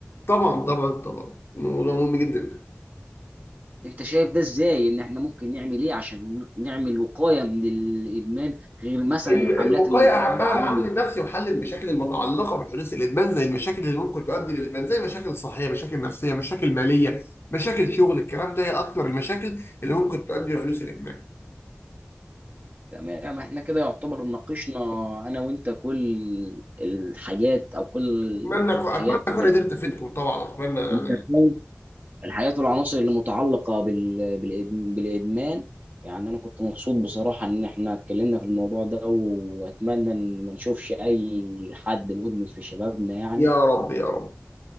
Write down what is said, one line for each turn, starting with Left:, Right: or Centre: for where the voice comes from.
Left: طبعا طبعا طبعا موضوع مهم جدا
Right: انت شايف ده ازاي ان احنا ممكن نعمل ايه عشان نعمل وقايه من الادمان غير مثلا
Left: ال-
Right: الحملات
Left: الوقايه
Right: التوعيه
Left: اهمها العامل النفسي وحل المشاكل المتعلقه بحدوث الادمان زي المشاكل اللي ممكن تؤدي للادمان زي مشاكل صحيه مشاكل نفسيه مشاكل ماليه مشاكل شغل الكلام ده هي اكثر المشاكل اللي ممكن تؤدي لحدوث الادمان
Right: تمام احنا كده يعتبر ناقشنا انا وانت كل الحاجات او كل
Left: اتمنى أكون-
Right: الحاجات
Left: اتمنى اكون
Right: وال-
Left: قدرت افيدكم طبعا اتمنى يعني
Right: انت فاهم الحاجات والعناصر اللي متعلقة بال... بالإد... بالادمان يعني انا كنت مبسوط بصراحة ان احنا اتكلمنا في الموضوع ده واتمنى ان ما نشوفش اي حد مدمن في شبابنا يعني
Left: يا رب يا